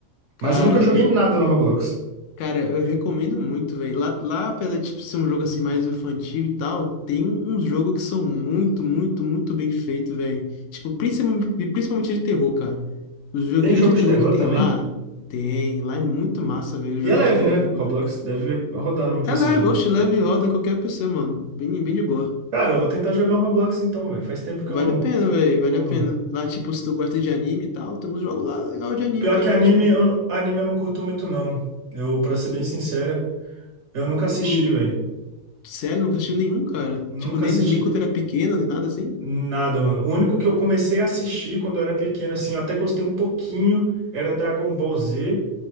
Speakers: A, on the left; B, on the right.
A: Cara,
B: Mas eu nunca joguei
A: eu,
B: nada no Roblox.
A: cara, eu recomendo muito, velho. Lá, lá, apesar de tipo, ser um jogo assim mais infantil e tal, tem um, uns jogos que são muito, muito, muito bem feitos, velho. Tipo, principalmente, principalmente de terror, cara. Os joguinhos
B: Tem jogo
A: de terror
B: de terror
A: que tem
B: também?
A: lá, tem. Lá é muito massa, velho, o joguinho
B: E é leve,
A: de terror
B: né?
A: que tem lá.
B: Roblox deve rodar no meu PC
A: É leve,
B: de boa.
A: oxe, leve e roda qualquer PC, mano. Bem, bem de boa.
B: Cara, eu vou tentar jogar um Roblox então, velho. Faz tempo que
A: Vale
B: eu não,
A: a pena, velho,
B: não-
A: vale a pena. Lá, tipo, se tu gosta de anime e tal, tem uns jogos lá legal de anime
B: Pior
A: também,
B: que anime,
A: tipo,
B: eu, anime eu não curto muito, não. Eu, pra ser
A: tu,
B: bem sincera, eu nunca assisti,
A: tu-
B: velho.
A: sério, nunca assistiu nenhum, cara?
B: Nunca
A: Tipo, nem,
B: assisti
A: nem quando era pequeno, nem nada assim?
B: nada, mano. O único que eu comecei a assistir quando eu era pequeno, assim, eu até gostei um pouquinho, era Dragon Ball Z.